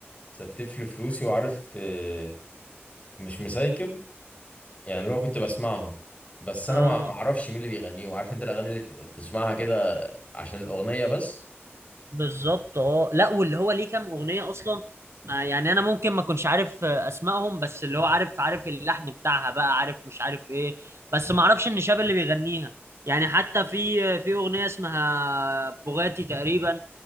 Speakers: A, on the left; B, on the right.
A: ستف لي فلوسي وعارف آه، مش مسايكب يعني اللي هو كنت بسمعهم بس
B: اه
A: انا ما ما اعرفش مين اللي بيغنيهم عارف انت الاغاني اللي بتبقى بتسمعها كده عشان الاغنيه بس
B: بالظبط اه لا واللي هو ليه كام اغنيه اصلا آه، يعني انا ممكن ما اكونش عارف آه، اسمائهم بس اللي هو عارف عارف اللحن بتاعها بقى عارف مش عارف ايه بس ما اعرفش ان شاب اللي بيغنيها يعني حتى في آه، في اغنيه اسمها بوغاتي تقريبا